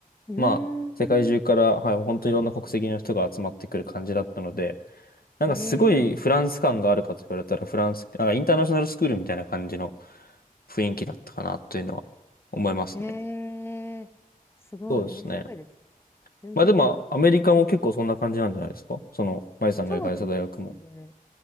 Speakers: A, on the left (about 15°); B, on the left (about 85°).
A: うーん。
B: まあ、世界中から、はい、本当いろんな国籍の人が集まってくる感じだったので、なんかすごいフランス感があるかと言われたら、
A: ええ、
B: フランス、なんかインターナショナルスクールみたいな感じの雰囲気だったかなというのは思いますね。
A: ええ、すごい面白いです。
B: そうですね。
A: 全然違い。
B: まあでも、アメリカも結構そんな感じなんじゃないですかその、マイさんが行かれた大学も。
A: そうですね。